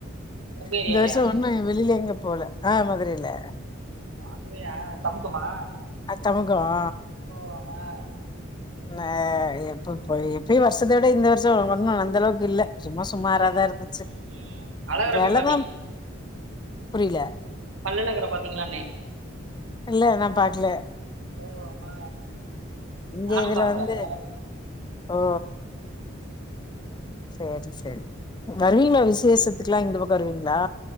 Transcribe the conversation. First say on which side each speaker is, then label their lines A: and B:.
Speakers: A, on the right; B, on the left.
A: உங்க ஏரியாலயா
B: இந்த வருஷ ஒன்னு வெளில எங்கியு போல அ மதுரைல
A: அப்டியா தமுக்கமா
B: அ தமுக அ
A: பவா
B: நா எப்பப் போய் எப்பியு வருஷத்த விட இந்த வருஷ ஒன்னு அந்தளவுக்கு இல்ல சும்மா சுமாராதா
A: இல்ல
B: இருந்துச்சு
A: ம் ம் அழகர
B: வெலதா
A: போய்
B: புரில
A: பள்ளகர பாத்தீங்களான்னே
B: இல்ல நா பாக்ல
A: ஓ ஆ
B: இங்க
A: நானும்
B: இதுல
A: பாக்கல
B: வந்து
A: இந்த தடவ
B: ஓ சேரி சேரி வருவீங்ளா விசேஷத்துக்குலா இந்த பக்க வருவீங்ளா